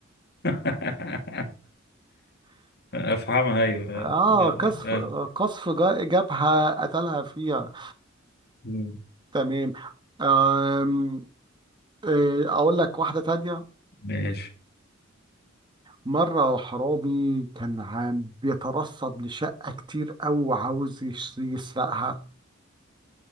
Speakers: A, on the left; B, on the right.
A: <laughs> افهمها ايوه
B: اه
A: آه،
B: قصف
A: آه.
B: قصف جا- جبهه قتلها فيها
A: مم.
B: تمام آم. إيه، اقول لك واحده تانية
A: ماشي
B: مره حرامي كان عام بيترصد لشقه كتير قوي وعاوز يش- يسرقها